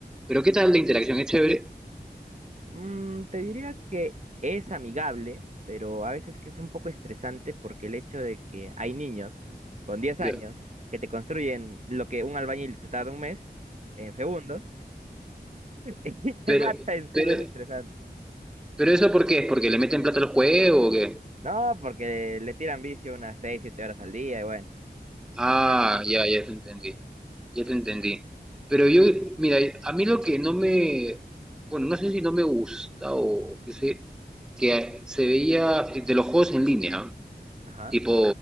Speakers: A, in the centre; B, on the right.
A: Pero ¿qué tal la interacción? ¿Es chévere?
B: Mm, te diría que es amigable, pero a veces que es un poco estresante porque el hecho de que hay niños con diez
A: Ya.
B: años que te construyen lo que un albañil se tarda un mes en segundos <laughs> y te
A: Pero,
B: mata encima
A: pero,
B: es estresante.
A: pero ¿eso por qué? ¿Es porque le meten plata al juego o qué?
B: No, porque le tiran vicio unas 6 7 horas al día y bueno, normal.
A: Ah, ya, ya te entendí. Ya te entendí. Pero yo, mira, a mí lo que no me, bueno, no sé si no me gusta o, o qué sé, que se veía de los juegos en línea,
B: Ajá.
A: tipo